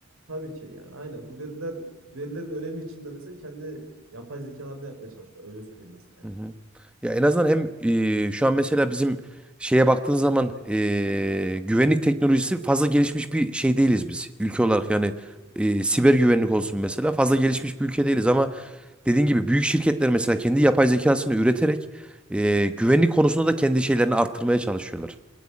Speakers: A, on the right (about 80°); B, in the centre.
A: Tabii ki yani aynen. Bu veriler verilerin önemi içinde mesela kendi yapay zekalarını yapmaya çalışıyorlar. Öyle söyleyeyim ben yani.
B: Hı hı. Ya en azından hem e, şu an mesela bizim şeye baktığın zaman e, güvenlik teknolojisi fazla gelişmiş bir şey değiliz biz ülke olarak yani e, siber güvenlik olsun mesela fazla gelişmiş bir ülke değiliz ama dediğin gibi büyük şirketler mesela kendi yapay zekasını üreterek e, güvenlik konusunda da kendi şeylerini arttırmaya çalışıyorlar.